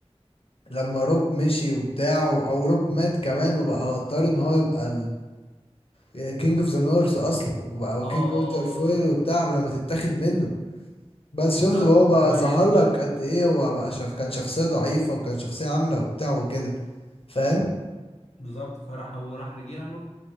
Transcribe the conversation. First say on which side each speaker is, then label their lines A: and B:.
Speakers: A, on the left; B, on the left.
A: لما روب مشي وبتاع او روب مات كمان وبقى هو اضطر ان هو يبقى الكينج اوف ذا نورث اصلا وبقى هو
B: اه
A: كينج
B: اه اه
A: ووتر فويل
B: آه.
A: وبتاع قبل ما تتاخد منه بس
B: بالظبط
A: شفت هو
B: ولما
A: بقى ظهر
B: يب...
A: لك قد ايه هو بقى شخ... كان شخصيه ضعيفه وكان شخصيه عامله وبتاع وكده فاهم
B: بالظبط فراح هو راح رجع له